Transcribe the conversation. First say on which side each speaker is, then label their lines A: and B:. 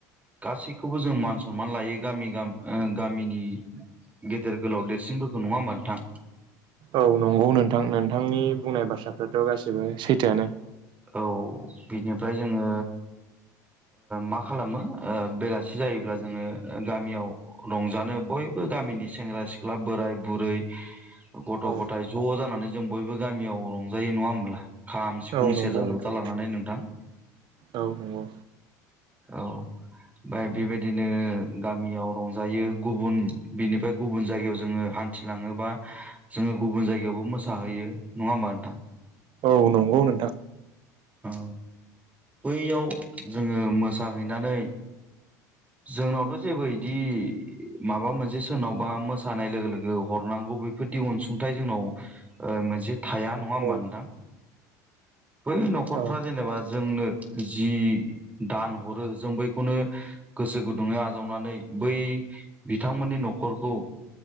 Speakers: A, on the right; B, on the right.
A: गासैखौबो जों मान सनमान लायो गामि गामिनि गेदेर गोलाव देरसिनफोरखौ नङा होमबा नोंथां।
B: औ नंगौ नोंथां नोंथांनि बुंनाय बाथ्राफ्राथ गासिबो सैथोआनो।
A: औ बिनिफ्राय जोङो मा खालामो बेलासि जायोब्ला जोङो गामियाव रंजानो बयबो गामिनि सेंग्रा सिख्ला बोराय बुरै। गथ'
B: औ
A: गथाय ज' जानानै जों बयबो गामियाव रंजायो नङा होमब्ला <unintelligible> <unintelligible>
B: औ नंगौ
A: सेरजा,
B: नोंथां
A: जथा लांनानै नोंथां।
B: औ नंगौ
A: औ ओमफ्राय बेबायदिनो गामियाव रंजायो गुबुन बिनिफ्राय गुबुन जायगायाव जोङो हान्थिलाङोबा जोङो गुबुन जायगायावबो मोसाहैयो नङा होमबा नोंथां।
B: औ नंगौ नोंथां।
A: औ बैयाव जोङो मोसाहैनानै जोंनावथ' जेबो बिदि माबा मोनसे सोरनावबा मोसानाय लोगो लोगो हरनांगौ बेफोरदि अनसुंथाइ जोंनाव मोनसे थाया नङा होमबा
B: औ
A: नोंथां बै <unintelligible>
B: औ
A: <unintelligible> जेनेबा जोंनि जि दान हरो जों बै <unintelligible> गोसो गुदुङै आजावनानै बै बिथांमोननि नखरखौ